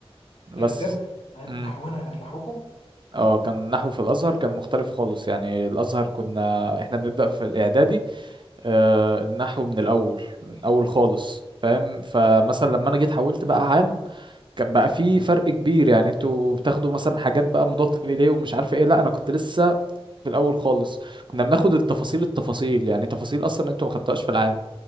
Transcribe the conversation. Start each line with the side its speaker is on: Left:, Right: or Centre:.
Right: بس
Left: ايه ده بجد
Right: امم
Left: نحونا غير لحوكم
Right: اه كان النحو في الازهر كان مختلف خالص يعني الازهر كنا احنا بنبدا في الاعدادي آه النحو من الاول من الاول خالص فاهم فمثلا لما انا جيت حولت بقى عام كان بقى في فرق كبير يعني انتوا بتاخدوا مثلا حاجات بقى مضاد ايديه ومش عارفه ايه لا انا كنت لسه في الاول خالص كنا بناخد التفاصيل التفاصيل يعني تفاصيل اصلا انتوا ما خدتوهاش في العام